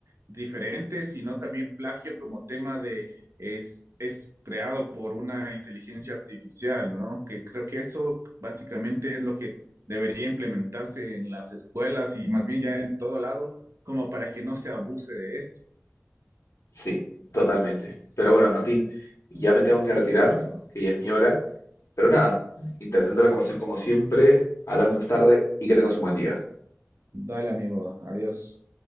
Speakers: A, on the right; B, on the left.
A: diferentes, sino también plagio como tema de es, es creado por una inteligencia artificial, ¿no? Que creo que eso básicamente es lo que debería implementarse en las escuelas y más bien ya en todo lado, como para que no se abuse de esto.
B: Sí, totalmente. Pero bueno, Martín, ya me tengo que retirar,
A: Dale, amigo.
B: que ya es mi hora. Pero nada, interesante la conversación como siempre. Hablamos más tarde y que tengas un buen día.
A: Dale, amigo. Adiós.